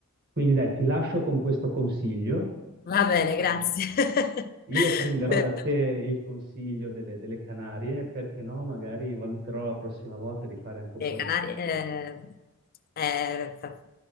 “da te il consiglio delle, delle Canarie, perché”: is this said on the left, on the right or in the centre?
Right